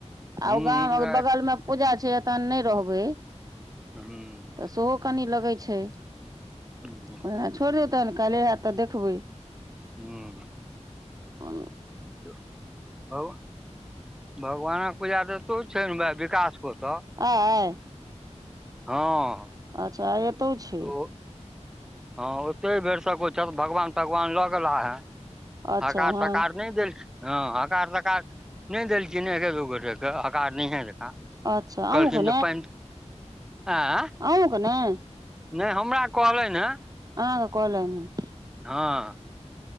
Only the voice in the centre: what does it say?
ह्म
हूँ।
हूँ।
हूँ।
तऽ भग भगवानक पूजा तऽ एतौ छैन विकास के ओतऽ
हँ।
ओ हँ ओतै भैरसँक <unintelligible> भगवान तगवान लऽ गेलाह हेँ।
हकार
तकार नै देै छै। हँ हकार तकार नै देलखिन ने एक दू गोटेके हकार नहिये देता।
कहलखिन जे पैन आँ-
नै हमरा कहलेैन हेँ।
हँ।